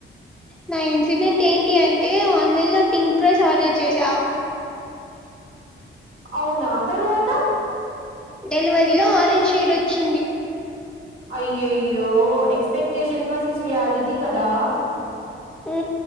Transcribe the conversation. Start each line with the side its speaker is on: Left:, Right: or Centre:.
Centre: నా ఇన్సిడెంట్ ఏంటి అంటే ఆన్లైన్ లో పింక్ డ్రెస్ ఆర్డర్ చేసా
Right: అవునా తర్వాత
Centre: డెలివరీలో ఆరెంజ్ షేడ్ వచ్చింది
Right: అయ్యయ్యో ఎక్స్పెక్టేషన్స్ వర్సెస్ రియాలిటీ కదా
Centre: ఊ